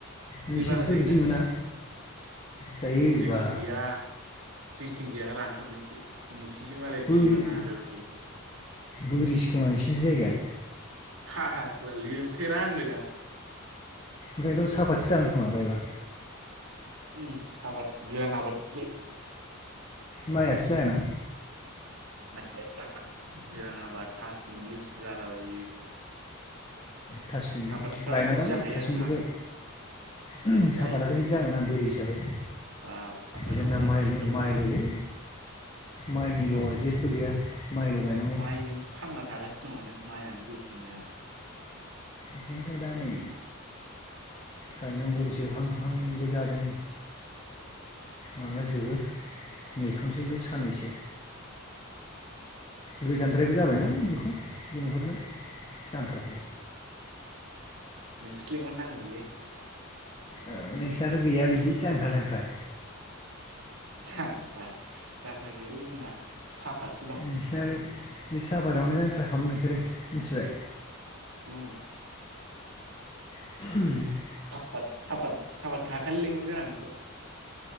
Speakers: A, on the left; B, on the right.
A: नोंसिनिथिंथ'
B: दै बाना जायोना
A: बिदि मोना
B: नोंसिनिथिं?
A: जायो
B: जोंथिं
A: बा
B: गैया। जिंथिं गैया रानथाबनायसो नोंसिनिथिं मालाय
A: बोरि
B: दै बाना जाबाय थायो।
A: बोरिसो खोमा नोंसिनिथिं जायगाया?
B: फाग्ला लोमफेरा होननो दा
A: ओंखायनोथ साफादसो जागोन खोमा गायबा।
B: उम साबाद गोरान आबाद जे
A: माइआथ' जायाना?
B: माइ गायग्रा गोरान आबाद था सुमलि जालाबायो।
A: थासुमलि
B: सापातफ्रा
A: लायनांगोनगालै
B: हिट जाखायो
A: था
B: आरोना
A: सुमलिखो। ओहोम
B: जायो
A: साफाराथ' हित जागोना बोरि हिसाबै
B: बाब सापाताव
A: जोंना
B: बिराद
A: माइल'-
B: फैसाबो
A: माइल'लै
B: दं आरो
A: माइनिल' जेबबो गैया माइल' गायनांगौ
B: माइजोंथ' थांना थागासिनो दं आरो माइयानो बेसे मोजां।
A: ओंखायनोथ' दा नै गायनांगौ जोबहांहांबो जादों। माला जोबो नेथ'सै र' साननैसो। गोजानद्रायबो
B: जोबगोन
A: जाबायना
B: जोबगोन
A: नोंखौ लिंहरनो जांख्रा
B: नोंखौसो लिंहर नांगौमोनलै।
A: ओ नोंसिनाथ' गैया बिदि जांख्रा थांख्रा?
B: जांख्रा जांख्रा गैयालै जोंना साफातसो दं।
A: नोंसिना बे साफादावनो जांख्रा खालाम नोंसोरो मिथिबाय।
B: उम
A: <unintelligible>
B: साफात साफात साफात खाखालि लेंहरगोन आं नोंखौ।